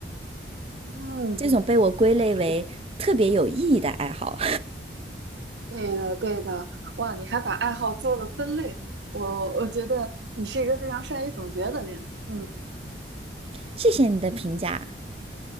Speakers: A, on the right; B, on the right.
A: 嗯。
B: 这种被我归类为特别有意义的爱好。
A: 对的，对的，哇，你还把爱好做了分类，我我觉得你是一个非常善于总结的人，嗯，
B: <laughs> 谢谢你的评价，